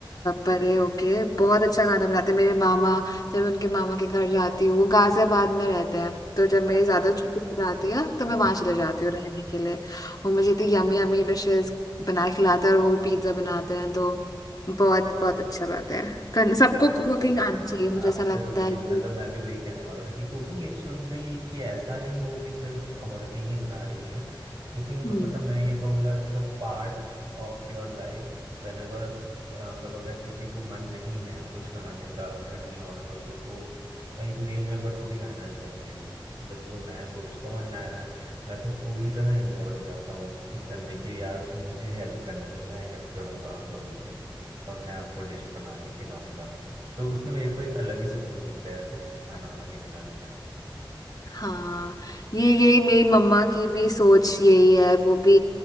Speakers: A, on the left; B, on the right.
A: परे होके बहुत अच्छा खाना बनाते हैं मेरे मामा जब मैं उनके मामा के घर जाती हूँ वो गाजियाबाद में रहते हैं तो जब
B: अच्छा
A: मेरी
B: अच्छा
A: ज्यादा
B: हम्म
A: छुट्टी हो जाती है तो मैं वहां
B: हम्म,
A: चले जाती हूँ रहने के लिए वो मुझे इतनी यमी यमी डिशेस बना के खिलाते हैं और वो भी पिज्जा बनाते हैं तो बहुत बहुत अच्छा बात है करना-
B: ये
A: सबको
B: तो बढ़िया
A: कुकिंग आनी चाहिए
B: है
A: मुझे
B: एब्सोल्युटली
A: ऐसा लगता है कि
B: मतलब मैं भी वही कहने वाला था कि कुकिंग इज शुड बी कि ऐसा नहीं हो कि सिर्फ औरतें ही बना रही हैं कुकिंग
A: हम्म
B: तो मतलब मैं ये कहूँगा it's a part of your life whenever मतलब अगर किसी को मन नहीं है कुछ बनाने का घर में औरतों को तो एक मेल मेंबर को भी आना चाहिए मतलब जो मैं सोचता हूँ ना मैं तो पूरी तरह इन्वॉल्व हो जाता हूँ किचन में कि यार मुझे हेल्प करने दो मैं हेल्प करूंगा आप लोगों की और मैं आपको डिश बना के खिलाऊंगा तो उसमें मेरे को एक अलग ही सुकून मिलता है यार किसी को खाना बना के खिलाने में
A: हाँ ये यही मेरी मम्मा की भी सोच यही है वो भी